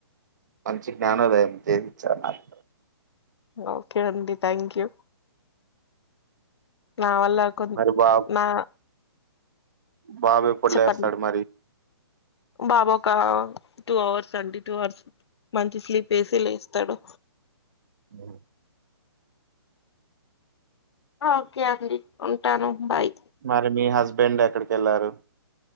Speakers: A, on the right (about 45°); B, on the left (about 75°).
A: మంచి జ్ఞానోదయం నేర్పించ్చార్ నాకు
B: ఓకె అండి థ్యాంక్ యూ నా వల్ల కొన్
A: మరి బాబు
B: నా
A: బాబు ఎప్పుడ్లేస్తాడు
B: చెప్పండి
A: మరి
B: బాబు ఒక టూ అవర్స్ అండి టూ అవర్స్ మంచి స్లీప్ వేసి లేస్తాడు
A: అ
B: ఆ ఓకే అండి ఉంటాను బాయ్
A: మరి మి హస్బెండ్ ఎక్కడికి వెళ్ళారు